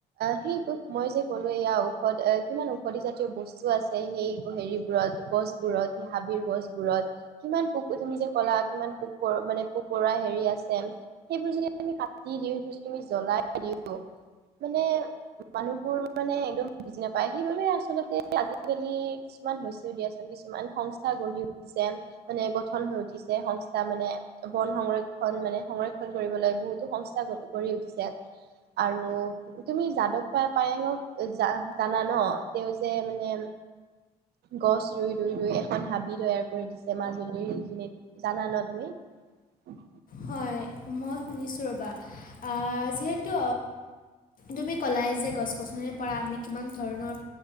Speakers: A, on the right (about 75°); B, on the left (about 55°).
A: সেই টোক ময় যে কলো এয়া ঔষধ এ কিমান ঔষধি জাতীয় বস্তু আছে সেই হেৰিবোৰত গছবোৰত। হাবিৰ গছবোৰত কিমান পোক তুমি যে ক'লা কিমান পোক পৰ মানে পোক পৰুৱা হেৰি আছে। সেইবোৰ যদি আমি কাটি দিও সেইবোৰ যদি আমি জ্বলাই দিওঁ। মানে মানুহবোৰ মানে একদম বুজি নাপায় সেইবাবে আচলতে আজিকালি। কিছুমান হৈছে আ কিছুমান হঁচ। সংস্থা গঢ়ি উঠিছে মানে গঠন হৈ উঠিছে সংস্থা মানে বন সংৰক্ষণ মানে সংৰক্ষণ। কৰিবলৈ বহুতো সংস্থা গঢ়ি উঠিছে। আৰু তুমি যাদৱ পাই পায়েঙক জা জানা ন তেওঁ যে মানে গছ ৰুই ৰুই ৰুইে খন হাবি তৈয়াৰ কৰি দিছে মাজুলীৰ খিনিত জানা ন তুমি
B: হয় মই শুনিছোঁ ৰ'বা আ যিহেতু তুমি ক'লাই যে গছ গছনিৰ পৰা আমি কিমান ধৰণৰ